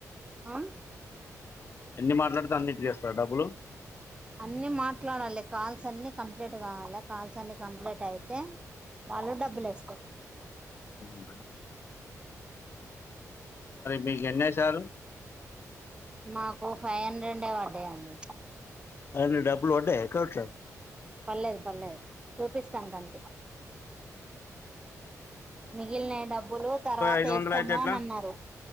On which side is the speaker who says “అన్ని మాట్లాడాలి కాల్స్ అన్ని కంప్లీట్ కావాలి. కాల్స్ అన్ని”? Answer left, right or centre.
Right